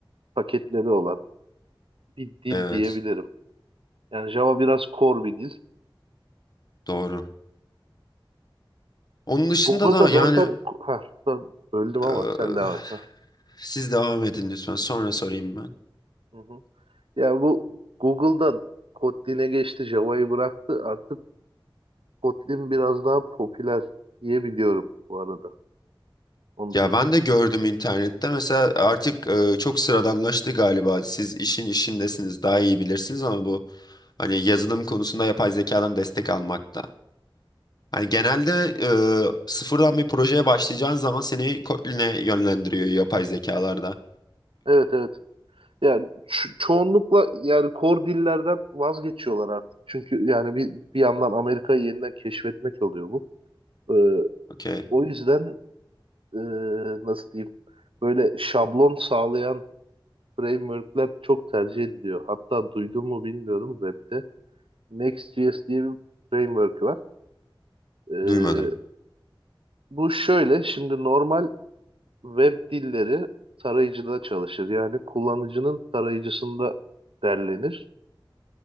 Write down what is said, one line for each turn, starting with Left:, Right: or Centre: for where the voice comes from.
Right: paketleri olan bir dil
Left: Evet
Right: diyebilirim. Yani Java biraz core bir dil.
Left: doğru. Onun dışında
Right: Google'da
Left: da
Right: zaten
Left: yani
Right: ha pardon, böldüm ama
Left: e,
Right: sen devam et. Ha.
Left: siz devam edin lütfen sonra sorayım ben.
Right: Hı hı. Ya bu Google'da Kotlin'e geçti, Java'yı bıraktı. Artık Kotlin biraz daha popüler diye biliyorum bu arada. Onu
Left: Ya
Right: diyecektim.
Left: ben de gördüm internette mesela artık e, çok sıradanlaştı galiba. Siz işin işindesiniz daha iyi bilirsiniz ama bu hani yazılım konusunda yapay zekadan destek almakta. Hani genelde e, sıfırdan bir projeye başlayacağın zaman seni Kotlin'e yönlendiriyor yapay zekalarda.
Right: Evet evet. Yani ço- çoğunlukla yani core dillerden vazgeçiyorlar artık. Çünkü yani bir, bir yandan Amerika'yı yeniden keşfetmek oluyor bu. Ee,
Left: Okey.
Right: o yüzden ee, nasıl diyeyim böyle şablon sağlayan frameworkler çok tercih ediliyor. Hatta duydun mu bilmiyorum webde. Next.js diye bir framework var. Ee,
Left: Duymadım.
Right: bu şöyle şimdi normal Web dilleri tarayıcıda çalışır. Yani kullanıcının tarayıcısında derlenir.